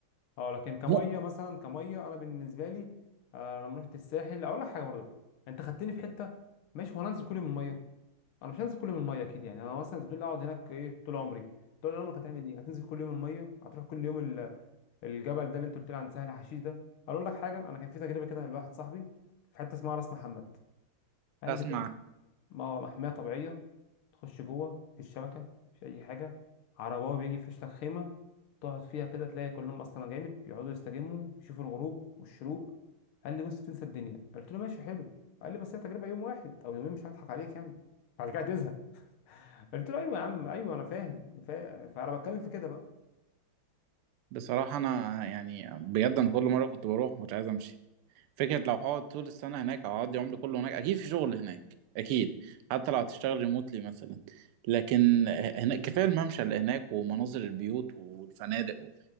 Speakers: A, on the left; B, on the right.
A: اه لكن كميه
B: مو-
A: مثلا كميه انا بالنسبه لي آه لما رحت الساحل اقول لك حاجه برضه انت خدتني في حته ماشي هو انا انزل كل يوم الميه انا مش هنزل كل يوم الميه اكيد يعني انا مثلا انت بتقول لي اقعد هناك ايه طول عمري طول عمرك هتعمل ايه هتنزل كل يوم الميه هتروح كل يوم ال- الجبل ده اللي انت قلت لي عن سهل حشيش ده اقول لك حاجه انا كان في تجربه كده لواحد صاحبي في حته اسمها راس محمد قال
B: اسمع
A: لي بص ما- محمية طبيعية تخش جوه مفيش شبكة مفيش أي حاجة عرباوي بيجي يفرش لك خيمة تقعد فيها كده تلاقي كلهم أصلا أجانب يقعدوا يستجموا يشوفوا الغروب والشروق قال لي بص تنسى الدنيا قلت له ماشي حلو قال لي بس هي تجربة يوم واحد أو يومين مش هضحك عليك يعني بعد كده هتزهق قلت له أيوه يا عم أيوه أنا فاهم فا- فأنا بتكلم في كده بقى
B: بصراحة أنا يعني بجد أنا كل مرة كنت بروح ما كنتش عايز أمشي فكرة لو هقعد طول السنة هناك أو هقضي عمري كله هناك أكيد في شغل هناك أكيد حتى لو هتشتغل ريموتلي مثلا لكن هناك كفاية الممشى اللي هناك ومناظر البيوت والفنادق